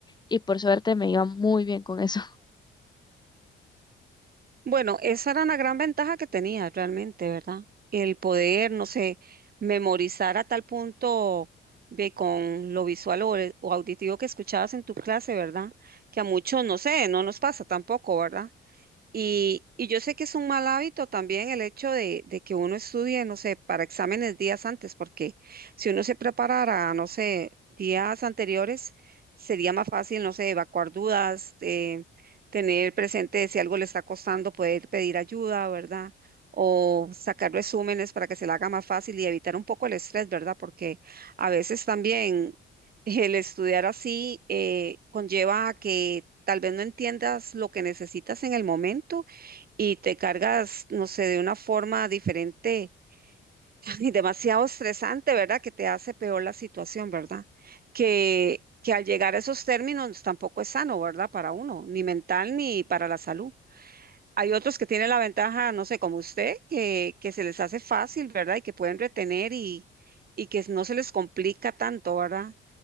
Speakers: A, on the left; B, on the right.
A: y por suerte me iba muy bien con eso.
B: Bueno, esa era una gran ventaja que tenía realmente, ¿verdad? El poder, no sé, memorizar a tal punto de con lo visual o, el- o auditivo que escuchabas en tu clase, ¿verdad? Que a muchos, no sé, no nos pasa tampoco, ¿verdad? Y, y yo sé que es un mal hábito también el hecho de, de que uno estudie, no sé, para exámenes días antes, porque si uno se preparara, no sé, días anteriores, sería más fácil, no sé, evacuar dudas, eh, tener presente si algo le está costando, poder pedir ayuda, ¿verdad? O sacar resúmenes para que se le haga más fácil y evitar un poco el estrés, ¿verdad? Porque a veces también el estudiar así eh, conlleva a que tal vez no entiendas lo que necesitas en el momento y te cargas, no sé, de una forma diferente <laughs> y demasiado estresante, ¿verdad? Que te hace peor la situación, ¿verdad? Que, que al llegar a esos términos tampoco es sano, ¿verdad? Para uno, ni mental ni para la salud. Hay otros que tienen la ventaja, no sé, como usted, que, que se les hace fácil, ¿verdad? Y que pueden retener y, y que no se les complica tanto, ¿verdad?